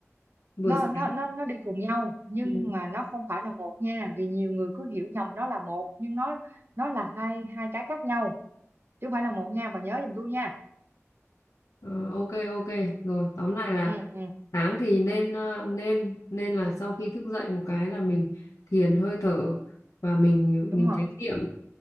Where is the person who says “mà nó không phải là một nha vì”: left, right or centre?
Right